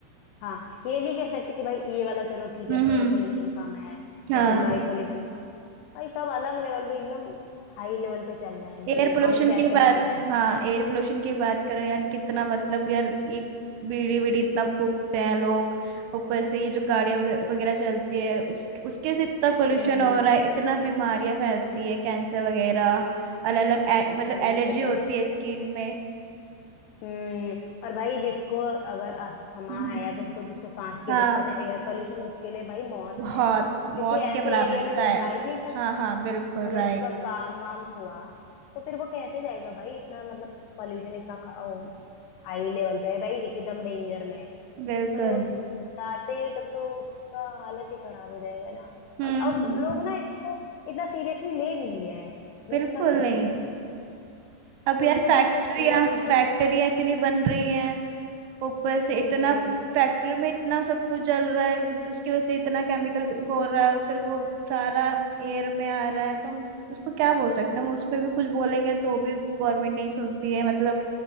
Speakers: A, on the left; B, on the right.
A: हाँ ये नहीं कह सकते कि भाई ये वाला चलो ठीक
B: हम्म
A: है
B: हम्म।
A: एयर पोल्यूशन कम है
B: हाँ
A: या फिर नॉइज पोल्यूशन भाई सब अलग लेवल पे एकदम हाई लेवल पे चल रहे हैं
B: एयर
A: कि
B: पोल्यूशन
A: हम कैसे
B: की बात
A: कम रह सकते
B: हाँ
A: हैं
B: एयर पोल्यूशन की बात करो यार कितना मतलब यार ये बीड़ी बीड़ी इतना फूकते हैं लोग ऊपर से ये जो गाड़ियां वगै- वगैरह चलती है उस उसके से इतना पोल्यूशन
A: हम्म
B: हो रहा है इतना बीमारियां फैलती है कैंसर वगैरह अलग अलग मतलब
A: और नहीं
B: एलर्जी
A: तो क्या
B: होती है स्किन में
A: हम्म और भाई जिसको अगर अस्थमा
B: हम्म
A: है या फिर कोई जिसको सांस की
B: हाँ
A: दिक्कत है एयर पोल्यूशन उसके लिए भाई मौत
B: बहुत
A: है क्योंकि
B: मौत
A: ऐसे
B: के बराबर
A: एरिया
B: सा
A: में तो वो
B: है
A: जा ही नहीं सकता
B: हाँ हाँ बिल्कुल
A: अगर
B: राइट
A: उसका काम वाम हुआ तो फिर वो कैसे जाएगा भाई इतना मतलब पोल्यूशन इतना हाई लेवल पे है भाई एकदम डेंजर में है
B: बिल्कुल
A: भाई वो जाते ही तब तो उसका हालत ही खराब हो जाएगा ना
B: हम्म
A: मत- और
B: हम्म,
A: लोग ना इसको इतना सीरियसली ले भी नहीं रहे हैं मेन
B: बिल्कुल
A: बात ये
B: नहीं
A: है
B: अब यार
A: उनको
B: फैक्ट्रियां
A: ना ऐसे वो नहीं हो
B: फैक्ट्रियां
A: रहा
B: इतनी बन रही हैं ऊपर से
A: हम्म
B: इतना
A: हम्म
B: फैक्ट्री में इतना सब कुछ जल रहा है उ- उसकी वजह से इतना केमिकल हो रहा है फिर वो सारा एयर में आ रहा है तो हम उसको क्या बोल सकते हैं हम उस पर भी कुछ बोलेंगे तो भी गवर्नमेंट नहीं सुनती है मतलब